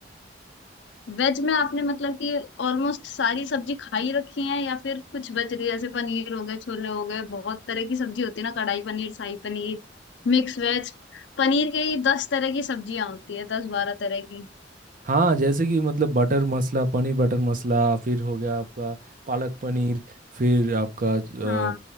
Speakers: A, on the left (about 70°); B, on the right (about 45°).
A: वेज में आपने मतलब कि ऑलमोस्ट सारी सब्जी खाई रखी है या फिर कुछ बच रही है जैसे पनीर हो गए छोले हो गए बहुत तरह की सब्जी होती है ना कढ़ाई पनीर शाही पनीर मिक्स वेज पनीर के ही दस तरह की सब्जियां होती है दस बारह तरह की
B: हाँ जैसे कि मतलब बटर मसाला पनीर बटर मसाला फिर हो गया आपका पालक पनीर फिर आपका
A: हाँ
B: अ,